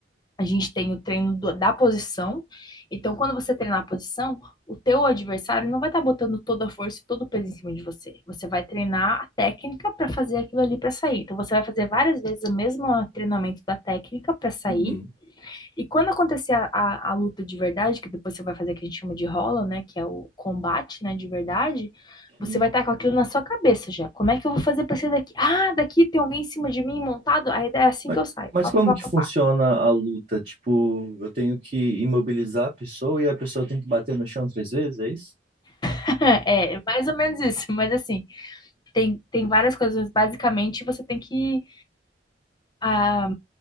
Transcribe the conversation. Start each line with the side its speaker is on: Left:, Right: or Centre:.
Left: A gente tem o treino do- da posição. Então, quando você treinar a posição, o teu adversário não vai estar botando toda a força e todo o peso em cima de você. Você vai treinar a técnica para fazer aquilo ali para sair. Então, você vai fazer várias vezes o mesmo treinamento da técnica para sair.
Right: Uhum.
Left: E quando acontecer a, a, a luta de verdade, que depois você vai fazer o que a gente chama de rola, né? Que é o combate, né? De verdade. Você
Right: Uhum.
Left: vai estar com aquilo na sua cabeça já. Como é que eu vou fazer para sair daqui? Ah, daqui tem alguém em cima de mim montado? A ideia é assim
Right: Mas,
Left: que eu saio.
Right: mas
Left: Pá,
Right: como
Left: pá, pá,
Right: que
Left: pá,
Right: funciona
Left: pá.
Right: a luta? Tipo, eu tenho que imobilizar a pessoa e a pessoa tem que bater no chão três vezes, é isso?
Left: <laughs> É, mais ou menos isso, mas assim, tem, tem várias coisas, mas basicamente você tem que ah,